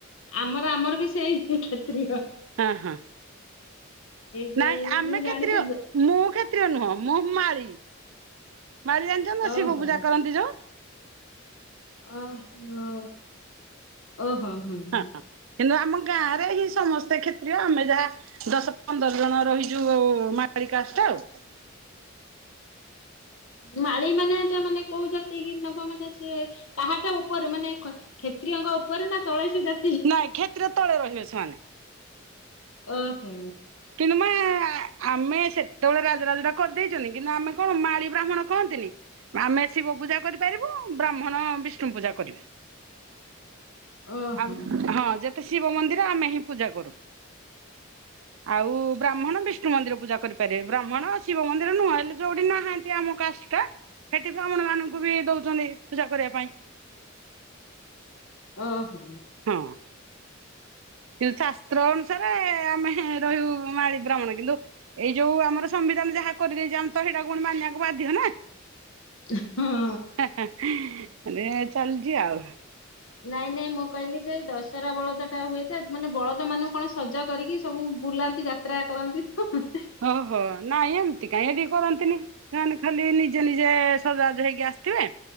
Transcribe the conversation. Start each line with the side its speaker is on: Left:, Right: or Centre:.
Left: ଆମର ଆମର ବି ସେଇ ହିଂ କ୍ଷତ୍ରୀୟ।
Right: ହଁ ହଁ।
Left: ଯୋଉ
Right: ନାଇଁ ଆମେ
Left: ମୁଁ ଜାଣିଛି
Right: କ୍ଷେତ୍ରୀୟ। ମୁଁ କ୍ଷେତ୍ରୀୟ ନୁହଁ ମୁଁ ମାଳି ମାଳି ଜାଣି ଯୋ ମୋ
Left: ଓହୋ
Right: ଶିବ ପୂଜା କରନ୍ତି ଯୋ।
Left: ଓ ହୋ ଓହୋ ହୋଁ
Right: ହଁ
Left: ହୁଁ।
Right: କିନ୍ତୁ ଆମ ଗାଁ ରେ ହିଁ ସମସ୍ତେ କ୍ଷେତ୍ରୀୟ ଆମେ ଯାହା ଦଶ ପନ୍ଦର୍ ଜଣ ରହିଚୁ ଉ ମାାଳି କାଷ୍ଟା ଆଉ
Left: ମାଳି ମାନେ ଟା ମାନେ କୋଉ ଜାତି କି ନବ ମାନେ ସେ କାହା ଟା ଉପରେ ଖମାନେ ଖ କ୍ଷେତ୍ରୀୟଙ୍କ ଉପରେ ନା ତଳେସେ ଜା
Right: ନାଇଁ କ୍ଷେତ୍ର ତଳେ ରହିବେ ସେମାନେ।
Left: ଓ ହୁଁ।
Right: କିନ୍ତୁ ମା ଆମେ ସେତବେଳେ ରାଜ୍ ରାଜୁଡ଼ା କରି ଦେଇଚନ୍ତି କିନ୍ତୁ ଆମେ କଣ ମାଳି ବ୍ରାହ୍ମଣ କହନ୍ତିନି। ଆମେ ଶିବ ପୂଜା କରିପାରିବୁ। ବ୍ରାହ୍ମଣ ବିଷ୍ଣୁ ପୂଜା କରିବେ।
Left: ଓହୋ
Right: ଆମ୍ ହଁ ଯେତେ ଶିବ ମନ୍ଦିର ଆମେ ହିଁ ପୂଜା କରୁ। ଆଉ ବ୍ରାହ୍ମଣ ବିଷ୍ ବିଷ୍ଣୁ ମନ୍ଦିର ପୁଜା କରିପାରିବେ। ବ୍ରାହ୍ମଣ ଶିବ ମନ୍ଦିର ନୁହଁ ହେଲେ ଯୋଠି ନାହାନ୍ତି ଆମ କାଷ୍ଟଟା ସେଠି ବ୍ରାହ୍ମୁଣ ମାନଙ୍କୁ ବି ଦଉଚନ୍ତି ପୂଜା କରିବା ପାଇଁ।
Left: ଓହୋ।
Right: ହଁ। କିନ୍ତୁ ଶାସ୍ତ୍ର ଅନୁସାରେ ଆମେ ରହିବୁ ମାଳି ବ୍ରାହ୍ମଣ କିନ୍ତୁ ଏଇ ଯୋଉ ଆମର ସମ୍ବିଧାନ ଯାହା କରିଦେଇଛି ଆମ୍ ତ ସେଇଟା ପୁଣି ମାନିବାକୁ ବାଧ୍ୟ ନାଁ
Left: <unintelligible> ହଁ।
Right: ହା ହା ମାନେ ଚାଲ୍ଚି ଆଉ
Left: ନାଇଁ ନାଇଁ ମୁଁ କହିଲି ଯେ ଦଶହରା ବଳଦ ଟା ହୁଏ। ଯେ ମାନେ ବଳଦ ମାନଙ୍କୁ କଣ ସଜା କରିକି ସବୁ ବୁଲା ଯାତ୍ରା କରନ୍ତି ତ।
Right: ଓହୋ, ନାଇଁ ଏମ୍ତି କାଇଁ ଏଠି କରନ୍ତିନି। ଏମାନେ ଖାଲି ନିଜେ ନିଜେ ସଜ ବାଜ ହେଇକି ଆସିଥିବେ